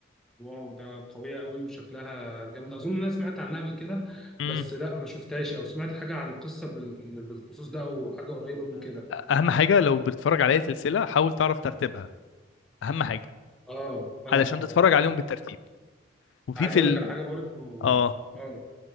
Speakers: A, in the centre; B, on the left.
A: واو ده قوية قوي وشكلها جامدة أظن أنا سمعت عنها قبل كده
B: امم
A: بس لا ما شفتهاش أو سمعت حاجة عن قصة بال- بالخصوص ده أو حاجة قريبة من كده
B: اهم حاجه لو بتتفرج على اي سلسله حاول تعرف ترتيبها اهم حاجه
A: آه آه
B: علشان
A: آه
B: تتفرج عليهم بالترتيب وفي
A: آه عايز
B: في
A: أقول
B: ال...
A: لك على حاجة برضو
B: اه
A: آه